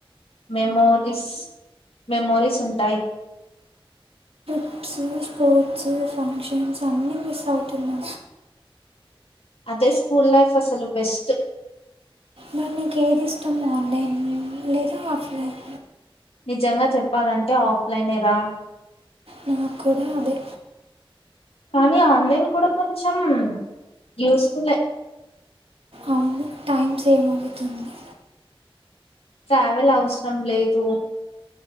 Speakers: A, on the left; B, on the right.
A: మెమరీస్ మెమోరీస్ ఉంటాయి
B: ప్స్ స్పోర్ట్స్ ఫంక్షన్స్ అన్నీ మిస్ అవుతున్నా
A: అదే స్కూల్ లైఫ్ అసలు బెస్ట్
B: మరి నీకు ఏది ఇష్టం ఆన్లైన్ లేదా ఆఫ్లైన్
A: నిజంగా చెప్పాలంటే ఆఫ్లైనే రా
B: నాకు కూడా అదే
A: కానీ ఆన్లైన్ కూడా కొంచెం యూస్ఫుల్
B: అ టైమ్ సేవ్ అవుతుంది
A: ట్రావెల్ అవసరం లేదు